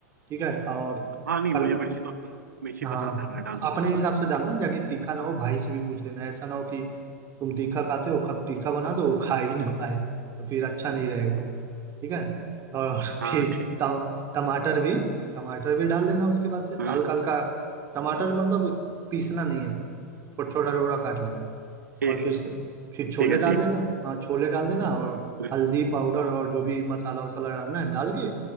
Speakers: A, on the right; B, on the right.
A: ठीक है और
B: हाँ, नहीं
A: कर
B: मुझे
A: हाँ
B: मिर्ची तो मिर्ची
A: हाँ
B: पसंद है मैं डाल दूंगा
A: अपने
B: हाँ
A: हिसाब से डालना जाके तीखा ना हो भाई से भी पूछ लेना ऐसा ना हो कि तुम तीखा खाते हो कब तीखा बना दो वो खा ही ना पाए तो फिर अच्छा नहीं रहेगा ठीक है और <laughs>
B: हाँ
A: फिर
B: ठीक
A: टम टमाटर भी टमाटर भी डाल देना उसके बाद से
B: हम्म
A: हल्का हल्का टमाटर मतलब पीसना नहीं है छोटा छोटा टुकड़ा काट लेना
B: ठीक
A: और फिर
B: है
A: से- फिर छोले
B: ठीक है
A: डाल
B: ठीक
A: देना
B: है
A: हाँ छोले डाल देना और
B: हम्म
A: हल्दी पाउडर और जो भी मसाला वसाला डालना है डाल के